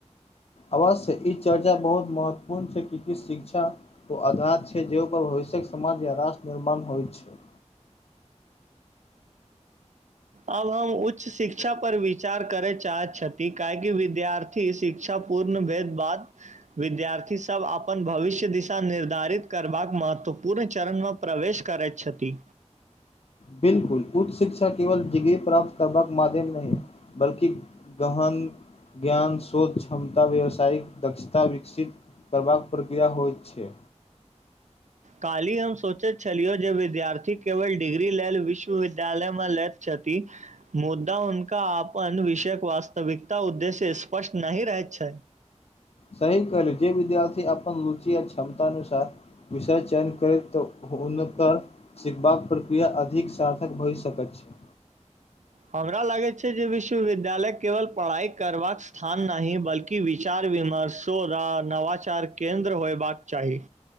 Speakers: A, on the left; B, on the right.
A: अवश्य ई चर्चा बहुत महत्वपूर्ण छै किकि शिक्षा ओ अधात छै जेपर भविष्य्यक समाज या राष्ट्र निर्माण होइत छै
B: अब हम उच्च शिक्षा पर विचार करे चाहे छथि काहेकी विद्यार्थी थी शिक्षा पूर्ण भेद बाद विद्यार्थी सभ अपन भविष्य दिशा निर्धारित करबाक महत्त्वपूर्ण चरणमे प्रवेश करै छथि
A: बिलकुल उच्च शिक्षा केवल डिग्री प्राप्त करबाक माध्यम नहि बल्कि गहन ज्ञान शोच क्षमता व्यावसायिक दक्षता विकसित करबाक प्रक्रिया होइत छै
B: काल्हि हम सोचैत छलियै जे विद्यार्थी केवल डिग्री लेल विश्वविद्यालयमे लैत छथि मुद्दा हुनका आपन विषयक वास्तविकता उद्देश्य स्पष्ट नहि रहैत छै
A: सही कर जे विद्यार्थी अपन लुचि आ क्षमता अनुसार विषय चयन करैत हुनकर सिखबाक प्रक्रिया अधिक सार्थक भए सकैत छै
B: हमरा लागैत छै जे विश्वविद्यालय केवल पढ़ाई करबाक स्थान नहि बल्कि विचार विमर्शो आ नवाचार केन्द्र होयबाक चाही